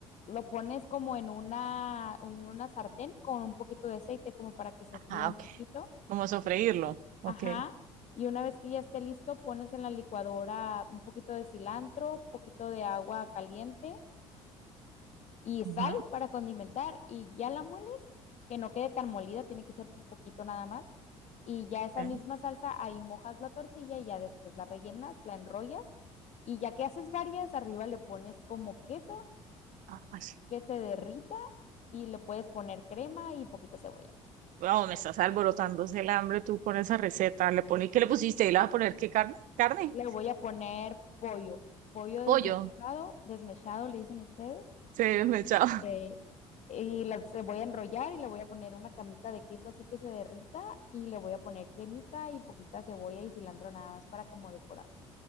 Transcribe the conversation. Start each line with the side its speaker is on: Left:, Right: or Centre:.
Left: lo pones como en una, en una sartén con un poquito de aceite, como para que se fría
Right: Ah,
Left: un
Right: ok.
Left: poquito.
Right: Como sofreírlo. Ok.
Left: Ajá. Y una vez que ya esté listo, pones en la licuadora un poquito de cilantro, un poquito de agua caliente y sal
Right: Ujú,
Left: para condimentar y ya la mueles, que no quede tan molida, tiene que ser un poquito nada más. Y ya esa
Right: ok.
Left: misma salsa, ahí mojas la tortilla y ya después la rellenas, la enrollas y ya que haces varias, arriba le pones como queso
Right: Ay,
Left: que se derrita y le puedes poner crema y poquita cebolla.
Right: wow, me estás alborotándose el hambre tú con esa receta. Le poní, ¿qué le pusiste? ¿Y le vas a poner qué carne? ¿Carne?
Left: Le voy a poner pollo, pollo desmenuzado,
Right: Pollo.
Left: desmechado le dicen ustedes,
Right: Sí, me echaba.
Left: Este, y la se voy a enrollar y le voy a poner una camita de queso así que se derrita y le voy a poner cremita y poquita cebolla y cilantro nada más para como decorar.